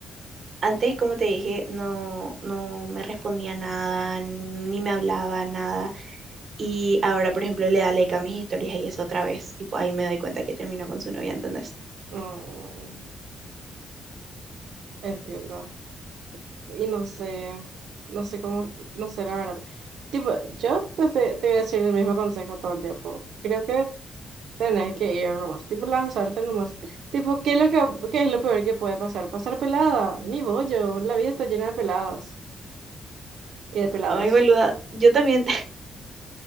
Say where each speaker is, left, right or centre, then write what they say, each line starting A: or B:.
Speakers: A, on the right; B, on the right.
A: Antes, como te dije, no, no me respondía nada, ni me hablaba nada. Y ahora, por ejemplo, le da like a mis historias y eso otra vez. Tipo, ahí me doy cuenta que terminó con su novia, ¿entendés?
B: Mm, entiendo. Y no sé, no sé cómo, no sé la verdad. Tipo, yo te, estoy- te voy a decir el mismo consejo todo el tiempo. Creo que tenés que ir nomás, tipo lanzarte nomás. Tipo, ¿qué es lo que, qué es lo peor que puede pasar? Pasar pelada, ni bollo, la vida está llena de peladas y de pelados.
A: Ay, boluda, yo también, <laughs>